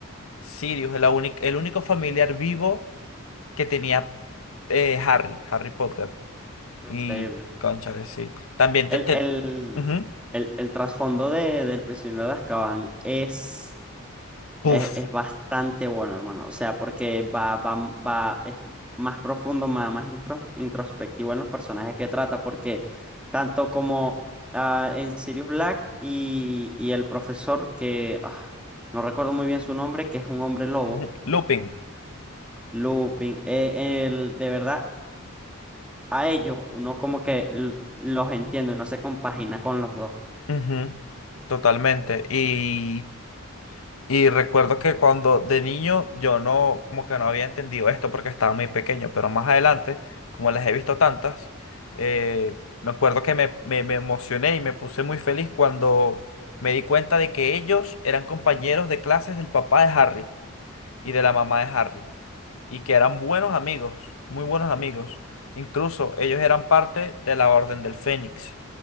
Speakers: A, on the left; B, in the centre.
A: Sirius, es la el único familiar vivo que tenía eh, Harry, Harry Potter. Y,
B: Increíble.
A: cónchale, sí. También
B: El,
A: te... te...
B: el,
A: ujú,
B: el, el trasfondo de, del prisionero de Azkaban es
A: Puff.
B: Es, es bastante bueno, hermano. O sea, porque va, va, va, es más profundo, más, más intros- introspectivo en los personajes que trata, porque tanto como ah, en Sirius Black y, y el profesor, que ah, no recuerdo muy bien su nombre, que es un hombre lobo,
A: ujú, Lupin.
B: Lupin, eh, el, de verdad, a ellos uno como que l- los entiende, uno se compagina con los dos.
A: ujú, Totalmente. Y... Y recuerdo que cuando de niño yo no, como que no había entendido esto porque estaba muy pequeño, pero más adelante, como las he visto tantas, eh, me acuerdo que me, me, me emocioné y me puse muy feliz cuando me di cuenta de que ellos eran compañeros de clases del papá de Harry y de la mamá de Harry, y que eran buenos amigos, muy buenos amigos. Incluso ellos eran parte de la Orden del Fénix